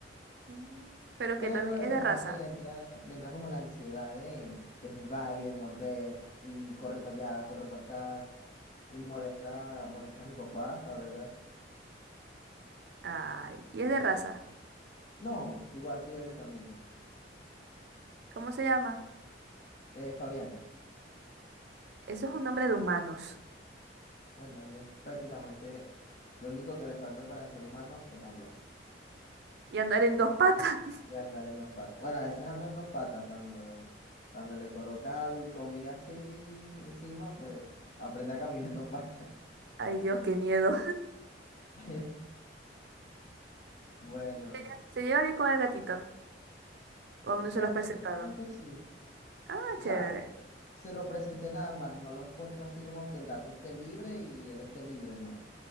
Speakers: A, on the right (about 65°); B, on the left (about 40°).
A: Mm. Pero
B: pero
A: que también
B: de
A: es
B: repente
A: de raza.
B: le entra, le entra como la ansiedad de, de jugar y de morder y corre para allá, corre para acá y molesta, molesta a mi papá, la verdad.
A: Ay, y es de raza.
B: No, igual que yo, yo también.
A: ¿Cómo se llama?
B: Eh, Fabián,
A: Eso es un nombre de humanos.
B: bueno, él es prácticamente lo único que le falta para ser humano es hablar
A: Y andar en dos patas. <laughs>
B: y andar en dos patas. Bueno, a veces anda en dos patas cuando, cuando le colocas al- comida así encima, pues aprende a caminar en dos patas.
A: Ay, Dios, qué miedo.
B: <laughs> Bueno,
A: <laughs> ¿Ella ¿Se lleva bien con el gatito? ¿O aún no
B: sorprendentemente
A: se lo has presentado?
B: sí.
A: Ah,
B: O
A: chévere.
B: sea, se lo presenté nada más, no lo he puesto así como que el gato esté libre y él esté libre, no.